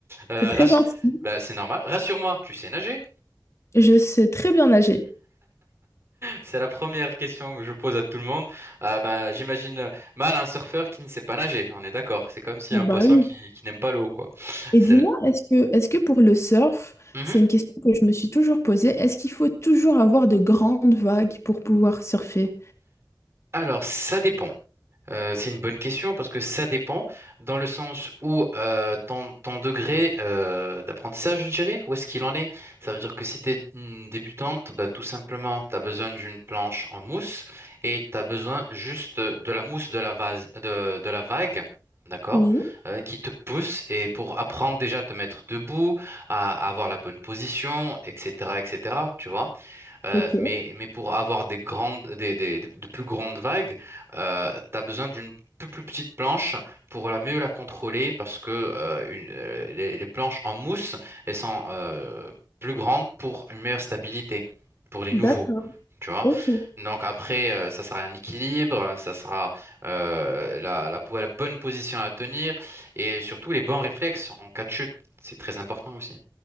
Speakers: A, on the right (about 35°); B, on the left (about 40°).
A: Euh,
B: C'est très
A: rassu-
B: gentil.
A: bah, c'est normal. Rassure-moi, tu sais nager.
B: Je sais très bien nager.
A: C'est la première question que je pose à tout le monde. Ah ben, j'imagine euh, mal un surfeur qui ne sait pas nager. On est d'accord. C'est comme si
B: Oh
A: un
B: bah
A: poisson
B: oui.
A: qui, qui n'aime pas l'eau, quoi.
B: Et
A: C'est
B: dis-moi,
A: le-
B: est-ce que, est-ce que pour le surf,
A: Mhm.
B: c'est une question que je me suis toujours posée, est-ce qu'il faut toujours avoir de grandes vagues pour pouvoir surfer?
A: Alors, ça dépend. Euh, c'est une bonne question parce que ça dépend dans le sens où euh, ton, ton degré euh, d'apprentissage, je dirais, où est-ce qu'il en est? Ça veut dire que si tu es une débutante, ben, tout simplement, tu as besoin d'une planche en mousse et tu as besoin juste de la mousse de la vase, de, de la vague. D'accord?
B: Oui,
A: euh, qui te pousse et pour apprendre déjà à te mettre debout, à, à avoir la bonne position, etc., etc., tu vois? Euh,
B: ok,
A: mais, mais pour avoir des grandes, des, des- des- de plus grandes vagues, euh, tu as besoin d'une plus, plus petite planche pour la mieux la contrôler parce que euh, une- euh, les, les planches en mousse, elles sont euh, plus grandes pour une meilleure stabilité pour les
B: d'accord,
A: nouveaux. Tu vois?
B: ok.
A: Donc après, euh, ça sera un équilibre, ça sera euh, la, la, la bonne position à tenir et surtout les bons réflexes en cas de chute. C'est très important aussi.